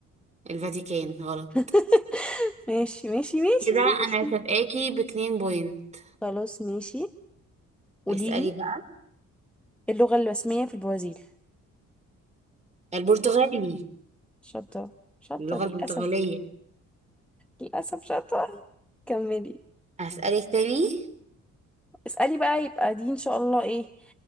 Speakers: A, on the right; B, in the centre.
A: الفاتيكان غلط
B: <laughs> ماشي ماشي ماشي
A: كده
B: ماشي
A: انا سابقاكي باتنين بوينت
B: خلاص ماشي قوليلي
A: اسألي بقى
B: اللغة الرسمية في البرازيل
A: البرتغالي
B: شاطرة شاطرة
A: اللغة البرتغالية
B: للأسف للأسف شاطرة كملي
A: هسألك تاني
B: اسألي بقى يبقى دي إن شاء الله إيه